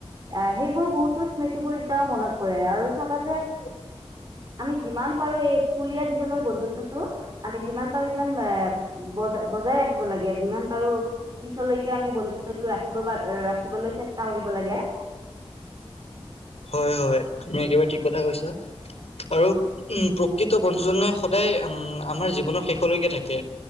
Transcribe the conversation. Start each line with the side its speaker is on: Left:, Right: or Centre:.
Right: অ' সেইবোৰ বহুতো স্মৃতিবোৰ এতিয়াও মনত পৰে আৰু চাবা যে
Left: হেল্ল'।
Right: আমি যিমান পাৰোঁ এই স্কুলীয়া জীৱনৰ বন্ধুত্বটো, আমি যিমান পাৰোঁ সিমান এ বজ- বজাই ৰাখিব লাগে, যিমান পাৰোঁ পিছলৈকে আমি বন্ধুত্বটো ৰাখিব পা- ৰাখিবলৈ চেষ্টা কৰিব লাগে।
Left: হয় - হয়, তুমি একেবাৰে ঠিক কথা কৈছা। আৰু উম প্ৰকৃত বন্ধুজনে সদায় উম আমাৰ জীৱনৰ শেষলৈকে থাকে।